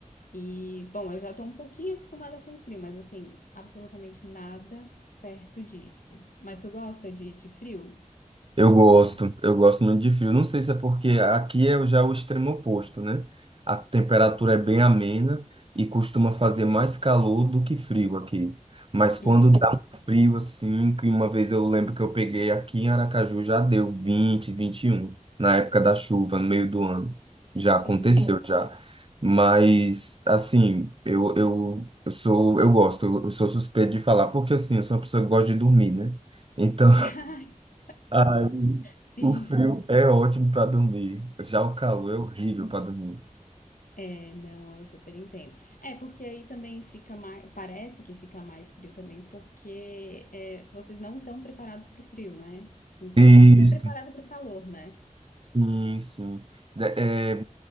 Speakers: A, on the left; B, on the right.
A: e, bom, eu já tô um pouquinho acostumada com o frio, mas assim, absolutamente nada perto disso. Mas tu gosta de, de frio?
B: Eu gosto, eu gosto muito de frio. Não sei se é porque aqui é já o extremo oposto, né? A temperatura é bem amena e costuma fazer mais calor do que frio aqui. Mas quando
A: Uhum,
B: dá um frio assim, que uma vez eu lembro que eu peguei aqui em Aracaju, já deu vinte vinte e um na época da chuva, no meio do ano. Já aconteceu,
A: uhum.
B: já. Mas, assim, eu, eu, eu sou, eu gosto, eu, eu sou suspeito de falar, porque assim, eu sou uma pessoa que gosta de dormir, né? Então,
A: <laughs>
B: Ai,
A: Sim.
B: o frio é ótimo para dormir, já o calor é horrível para dormir.
A: É, não, eu super entendo. É, porque aí também fica mais, parece que fica mais frio também, porque é, vocês não estão preparados para o frio, né? Então
B: Isso.
A: tudo é preparado para o calor, né?
B: Sim, sim. De- é,